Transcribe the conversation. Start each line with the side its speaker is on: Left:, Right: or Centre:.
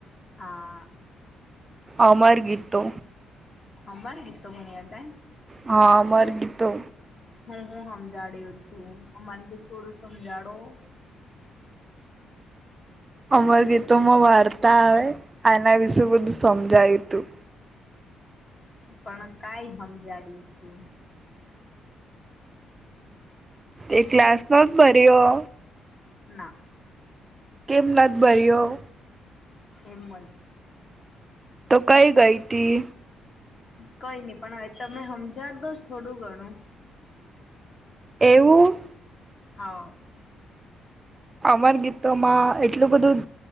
Left: હા
Right: અમર ગીતો
Left: અમાર ગીત ભણ્યાતા એમ
Right: હા અમર ગીતો
Left: હું હું સમજાડ્યો થું મને બી થોડું સમજાડો
Right: અમર ગીતોમાં વાર્તા આવે એના વિશે બધું સમજાય તું
Left: પણ કાઈ હમજાડ્યું થું?
Right: એ ક્લાસ નો જ બરયો
Left: ના
Right: કેમ નથ ભર્યો
Left: એમ જ
Right: તો કઈ ગયતી
Left: કઈ નહી પણ હવે તમે સમજા દો જ થોડું ગણું
Right: એવું
Left: હા
Right: અમર ગીતોમાં એટલું બધું